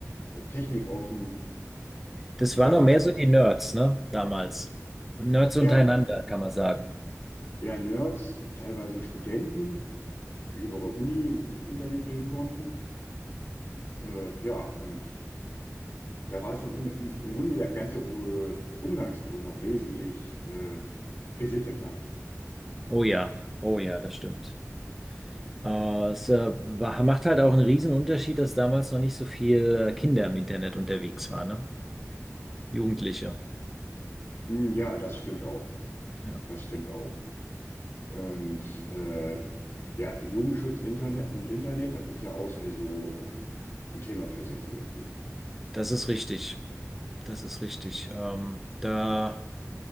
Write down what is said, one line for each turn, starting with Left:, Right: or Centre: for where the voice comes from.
Left: äh, Technik offen
Centre: Das
Left: und
Centre: waren
Left: da
Centre: noch
Left: war
Centre: mehr
Left: es,
Centre: so die Nerds, ne? Damals. Und Nerds
Left: ja,
Centre: untereinander, kann man sagen.
Left: eher Nerds, teilweise Studenten, die über ihre Uni ins Internet gehen konnten. Äh, ja, und da war es dann immer im, im Grunde der ganze äh, Umgangston noch wesentlich äh, gesitteter.
Centre: Oh ja, oh ja, das stimmt. Äh, es äh, war, macht halt auch einen riesen Unterschied, dass damals noch nicht so viel äh, Kinder im Internet unterwegs waren, ne? Jugendliche.
Left: Hm, ja, das stimmt auch.
Centre: Ja,
Left: Das stimmt auch. Und äh, ja, Jugendschutz Internet und Internet, das ist ja auch sowieso äh, ein Thema für sich irgendwie.
Centre: das ist richtig. Das ist richtig. Ähm, da.